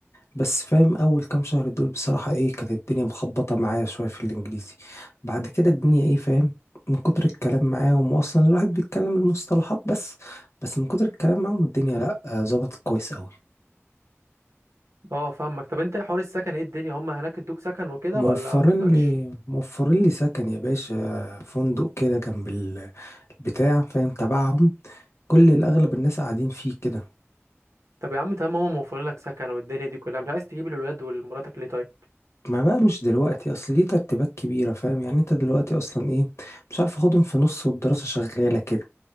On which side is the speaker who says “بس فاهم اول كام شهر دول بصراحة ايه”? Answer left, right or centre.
Left